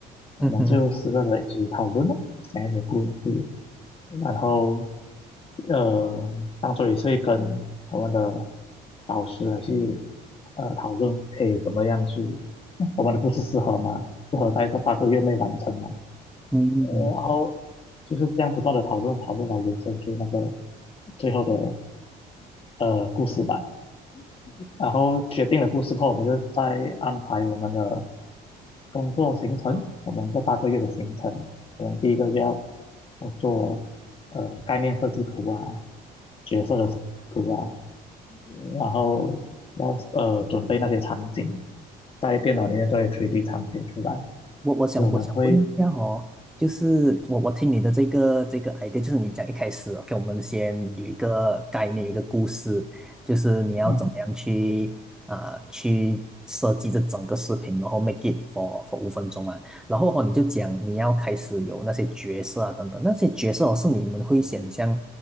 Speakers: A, on the left; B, in the centre.
A: 我们就四个人一起讨论咯，
B: 嗯哼。
A: 想一些故事，然后呃，当做也是会跟我们的导师来去呃讨论，可以怎么样去我们的故事适合吗？适合在这八个月内完成吗？
B: 嗯，
A: 呃，然后就是这样不断的讨论讨论来延伸出那个最后的呃故事吧。然后决定了故事后，我们就再安排我们的工作行程，我们这八个月的行程，可能第一个月要做呃概念设计图啊，角色的图啊，然后要呃准备那些场景，在电脑里面做一些 3D 场景出来。
B: 我我想我想问一下哦，
A: 所以我们会
B: 就是我我听你的这个这个 idea，就是你讲一开始哦给我们先有一个概念，有一个故事，就是你要怎么样去啊去设计这整个视频，
A: 嗯
B: 然后 make it for for 五分钟啊，然后哦你就讲你要开始有那些角色啊等等，那些角色哦是你们会想象